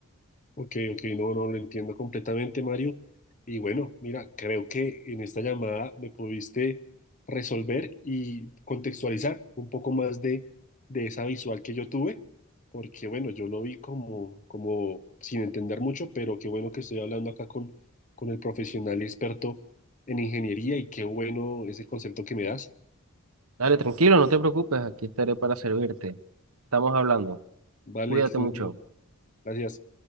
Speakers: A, on the left; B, on the right.
A: Ok, ok, no, no lo entiendo completamente, Mario. Y bueno, mira, creo que en esta llamada me pudiste resolver y contextualizar un poco más de, de esa visual que yo tuve, porque bueno, yo lo vi como, como sin entender mucho, pero qué bueno que estoy hablando acá con, con el profesional experto en ingeniería y qué bueno ese concepto que me das.
B: Dale, tranquilo, no te preocupes, aquí estaré para servirte. Estamos hablando.
A: Vale,
B: Cuídate
A: que estés
B: mucho.
A: bien. gracias.